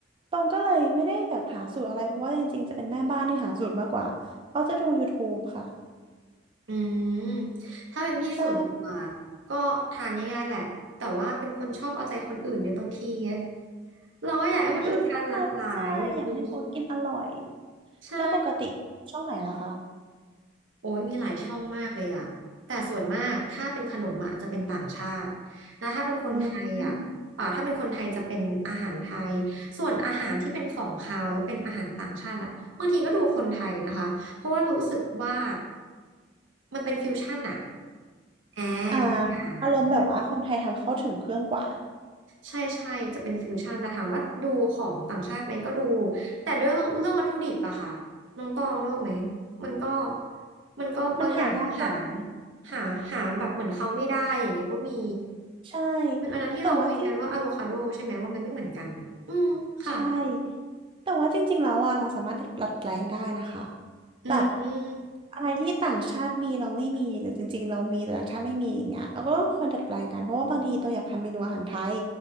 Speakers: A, on the right (about 25°); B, on the right (about 90°).
A: ตองก็เลยไม่ได้แบบหาสูตรอะไรเพราะว่าจริงๆจะเป็นแม่บ้านที่หาสูตรมากกว่าเขาจะดู YouTube ค่ะ
B: อืมถ้าเป็นพี่ส่วนตัว
A: ใช่
B: ก็ทานง่ายๆแหละแต่ว่าเป็นคนชอบเอาใจคนอื่นเน่บางทีไงเราก็อยากให้คนอื่นทานหลากหลายอย่างนี้
A: อืมเข้าใจเข้าใจอยากให้เขากินอร่อย
B: ใช่
A: แล้วปกติช่องไหนล่ะคะ
B: โอ้ยมีหลายช่องมากเลยอะแต่ส่วนมากถ้าเป็นขนมอะจะเป็นต่างชาตินะถ้าเป็นคนไทยอะอ่าถ้าเป็นคนไทยจะเป็นอาหารไทยส่วนอาหารที่เป็นของคาวแล้วเป็นอาหารต่างชาติอะบางทีก็ดูคนไทยนะคะเพราะว่ารู้สึกว่า
A: อืมอม
B: มันเป็นฟิวชั่นอะแอมอย่างอะ
A: อ่าอารมณ์แบบว่าคนไทยทำเข้าถึงเครื่องกว่า
B: ใช่ใช่จะเป็นฟิวชั่นแต่ถามว่าดูของต่างชาติไหมก็ดูแต่ด้วยเรื่องเรื่องวัตถุดิบอะค่ะน้องตองรู้ไหมมันก็มันก็บางอย่างก็หา
A: มันหายากกว่า
B: หาหาแบบเหมือนเขาไม่ได้อย่างเงี้ยก็มี
A: ใช่
B: วันนั้นที่เราคุยกันว่าอะโวคาโดใช่ไหมว่ามันไม่เหมือนกันอะอืมค่ะ
A: แต่ว่าจริงใช่แต่ว่าจริงๆแล้วอ่ะเราสามารถดัดแปลงได้นะคะ
B: อืมอืม
A: แบบอะไรที่ต่างชาติมีเราไม่มีหรือจริงๆเรามีแต่ต่างชาติไม่มีอย่างเงี้ยเราก็เคยดัดแปลงกันเพราะว่าบางทีตัวอยากทำเมนูอาหารไทย